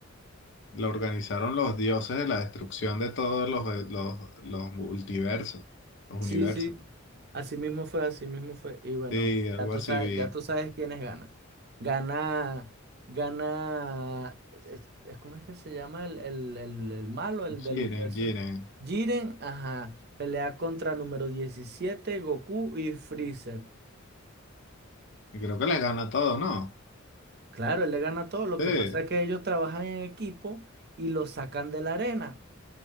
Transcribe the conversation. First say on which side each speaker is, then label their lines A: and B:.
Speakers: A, on the left; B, on the right.
A: lo organizaron los dioses de la destrucción de todos los, eh, los, los multiversos, los
B: Sí,
A: universos.
B: sí, así mismo fue, así mismo fue. Y bueno,
A: Sí, algo
B: ya tú
A: así
B: sabes,
A: vi.
B: ya tú sabes quiénes ganan. Gana, gana, es, es- ¿cómo es que se llama el, el, el, el malo, el
A: Jiren,
B: del universo?
A: Jiren.
B: Jiren, ajá, pelea contra número 17 Goku y Freezer.
A: Y creo que les gana todo, ¿no?
B: Claro, él le gana todo. Lo
A: Sí.
B: que pasa es que ellos trabajan en equipo y lo sacan de la arena.